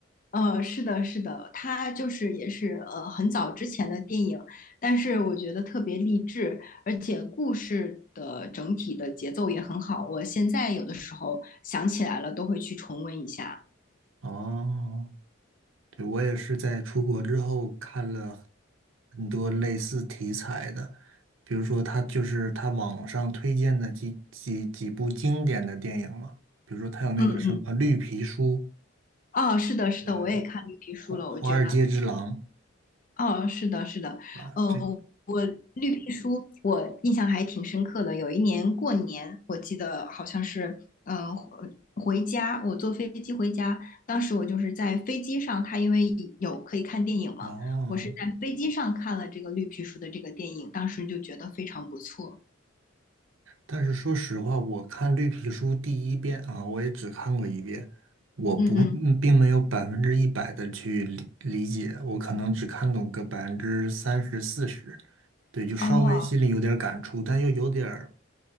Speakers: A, on the left (about 40°); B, on the right (about 80°).
A: 呃，是的，是的，它就是也是呃很早之前的电影，但是我觉得特别励志，而且故事的整体的节奏也很好。我现在有的时候想起来了，都会去重温一下。
B: 哦，对，我也是在出国之后看了很多类似题材的，比如说他就是他网上推荐的几几几部经典的电影嘛，比如说他有那个什么《绿皮书》，
A: 嗯。哦，是的，是的，
B: 嗯，
A: 我也看绿皮书了。
B: 《华华尔街之狼》
A: 我觉得，哦，是的，是的，
B: 啊，
A: 嗯，
B: 这
A: 我绿皮书我印象还挺深刻的。有一年过年，我记得好像是，呃，回回家，我坐飞机回家，当时我就是在飞机上，它因为有可以看电影嘛，
B: 哦，
A: 我是在飞机上看了这个绿皮书的这个电影，当时就觉得非常不错。
B: 但是说实话，我看《绿皮书》第一遍啊，我也只看过一遍，我不，
A: 嗯嗯，
B: 嗯并没有百分之一百的去理理解，我可能只看懂个百分之三十、四十，对，就稍微心里有点感触，
A: 哦，
B: 但又有点儿，